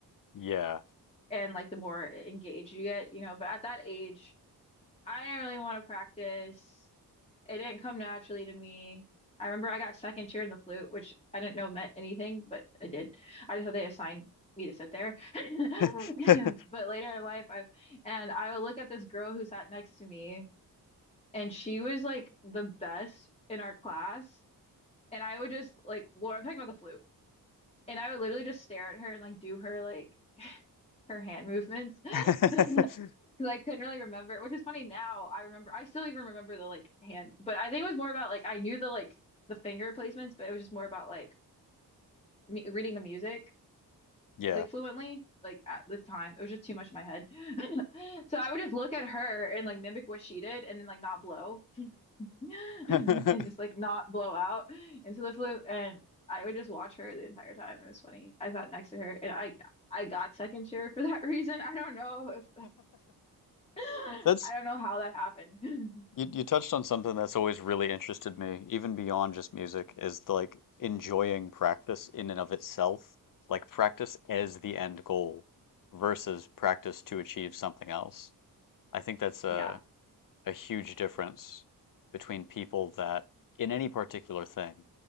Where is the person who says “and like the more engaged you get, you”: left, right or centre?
Left